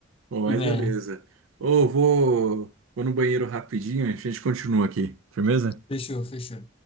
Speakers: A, on the right; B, on the left.
A: Pô, mas
B: É,
A: beleza. Ô, vou... vou no banheiro rapidinho, a gente continua aqui. Firmeza?
B: fechou, fechou.